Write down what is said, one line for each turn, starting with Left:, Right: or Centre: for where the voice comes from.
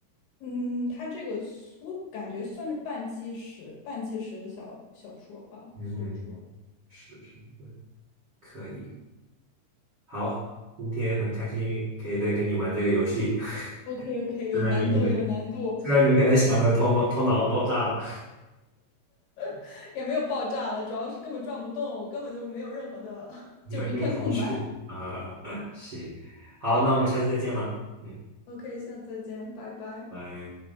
Left: 嗯，它这个我感觉算是半纪实、半纪实的小小说吧，
Right: 嗯哼。
Left: 所以说
Right: 嗯是是是，可以。好，今天很开心可以再跟你玩这个游戏，
Left: OK
Right: <laughs>
Left: OK 有难度有难度，
Right: 虽然你可能虽然你可能想的头脑头脑爆炸了，
Left: <laughs> 也没有爆炸了，主要是根本转不动，我根本就没有任何的，<laughs>
Right: 没没有头绪啊、
Left: 就是一片空白。
Right: <laughs> 行，好，那我们下次再见了，嗯，
Left: OK，下次再见，拜拜。
Right: 拜。